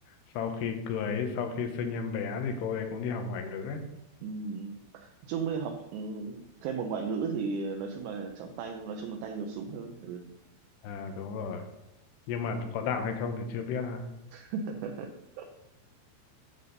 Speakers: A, on the left; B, on the right.
A: sau khi cưới sau khi sinh em bé thì cô ấy cũng đi học ngoại ngữ ấy
B: Ừ. Chung mới học ừ, thêm một ngoại ngữ thì nói chung là trong tay nói chung là tay nhiều súng hơn. Ừ.
A: à đúng rồi nhưng mà có đạt hay không thì chưa biết ha
B: <laughs>